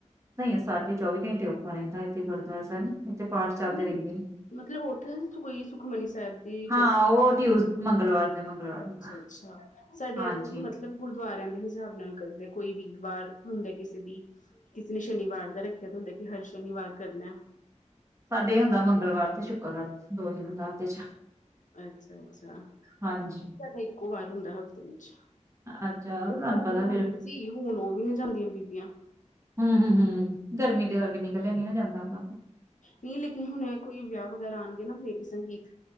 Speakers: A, on the right; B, on the left.
A: ਨਹੀਂ ਸਾਢੇ ਚੌਵੀ ਘੰਟੇ ਉੱਪਰ ਰਹਿੰਦਾ ਇੱਥੇ ਗੁਰਦੁਆਰਾ ਸਾਹਿਬ। ਇਥੇ ਪਾਠ ਚੱਲਦੇ
B: ਨਹੀਂ
A: ਰਹਿੰਦੇ ਨੇ।
B: ਮਤਲਬ ਉੱਥੇ ਕੋਈ ਸੁਖਮਨੀ ਸਾਹਿਬ ਦੀ
A: ਹਾਂ। ਉਹ ਟਿਊਸ ਮੰਗਲਵਾਰ। ਦੇ ਮੰਗਲਵਾਰ
B: ਅੱਛਾ-
A: ਹੁੰਦਾ
B: ਅੱਛਾ। ਸਾਡੇ
A: ਹਾਂਜੀ
B: ਇੱਥੇ ਵੀ ਮਤਲਬ ਮਤਲਬ ਗੁਰਦੁਆਰਿਆਂ ਦੇ ਹਿਸਾਬ ਨਾਲ ਕਰਦਾ ਕੋਈ ਵੀਰਵਾਰ ਹੁੰਦਾ, ਕਿਸੇ ਦੀ ਕਿਸੇ ਨੇ ਸ਼ਨੀਵਾਰ ਦਾ ਰੱਖਿਆ ਤਾਂ ਹੁੰਦਾ ਕਿ ਹਰ ਸ਼ਨੀਵਾਰ ਕਰਨਾ।
A: ਸਾਡੇ ਹੁੰਦਾ ਮੰਗਲਵਾਰ ਤੇ ਸ਼ੁੱਕਰਵਾਰ ਦੋ ਦਿਨ ਹੁੰਦਾ ਹਫ਼ਤੇ ਚ'।
B: ਅੱਛਾ-ਅੱਛਾ,
A: ਹਾਂਜੀ
B: ਸਾਡਾ ਇੱਕੋ ਵਾਰ ਹੁੰਦਾ ਹਫ਼ਤੇ ਵਿੱਚ।
A: ਅੱਛਾ
B: ਉਹ
A: ਤੁਹਾਨੂੰ
B: ਵੀ ਪਹਿਲੇ
A: ਪਤਾ
B: ਜਾਂਦੇ
A: ਫੇਰ
B: ਸੀ, ਹੁਣ ਉਹ ਵੀ ਨਹੀਂ ਜਾਂਦੀਆਂ ਬੀਬੀਆਂ।
A: ਹੂੰ, ਹੂੰ, ਹੂੰ ਗਰਮੀ ਦੇ ਕਰਕੇ ਨਿਕਲਿਆ ਨੀ ਜਾਂਦਾ ਉਹਨਾ ਕੋ।
B: ਨਹੀਂ ਲੇਕਿਨ ਹੁਣ ਕੋਈ ਵਿਆਹ ਵਗੈਰਾ ਆਣਗੇ ਨਾ ਲੇਡੀ ਸੰਗੀਤ।